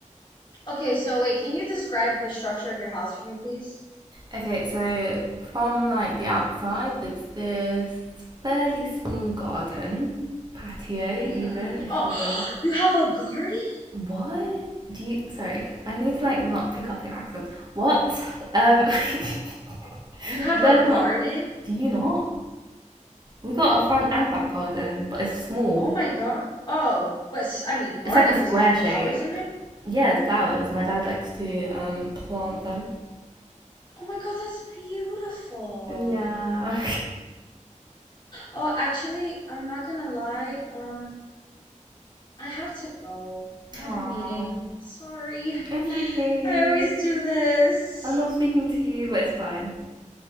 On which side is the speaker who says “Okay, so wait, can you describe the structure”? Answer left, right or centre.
Left